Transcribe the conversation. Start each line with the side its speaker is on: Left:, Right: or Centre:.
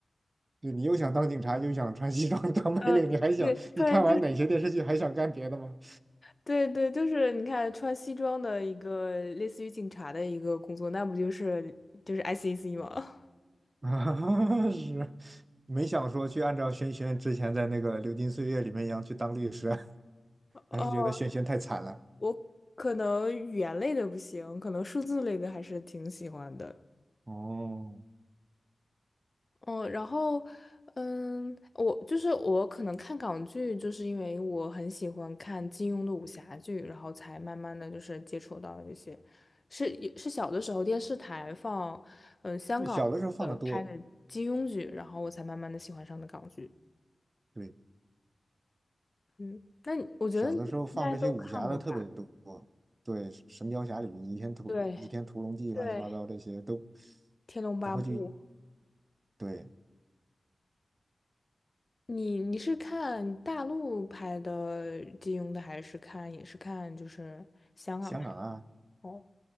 Right: 就你又想当警察，又想穿西装 <laughs> 当白领，
Left: 呃，
Right: 你还想你看完哪些电视剧还想干别的吗？
Left: 对，穿就是对对，就是你看穿西装的一个类似于警察的一个工作，那不就是就是 SEC 吗？
Right: <laughs> 啊，是，没想说去按照轩轩之前在那个《流金岁月》里面一样去当律师，<laughs>
Left: <laughs>
Right: 还是觉得轩轩太惨了。
Left: 我可能语言类的不行，可能数字类的还是挺喜欢的。
Right: 哦，
Left: 嗯，然后，嗯，我就是我可能看港剧，就是因为我很喜欢看金庸的武侠剧，然后才慢慢的就是接触到一些，是也是小的时候电视台放，嗯，香港的拍的金庸剧，
Right: 小的时候放的多，
Left: 然后我才慢慢的喜欢上的港剧。
Right: 对。
Left: 嗯，那你我觉得你应该都看过吧？
Right: 小的时候放这些武侠的特别多，对，《神雕侠侣》、《倚天屠倚天屠龙记》乱七八糟这些都，
Left: 对对，《天龙八部》
Right: 然后就对
Left: 你你是看大陆拍的金庸的，还是看也是看就是香港拍的？
Right: 香港啊，
Left: 哦，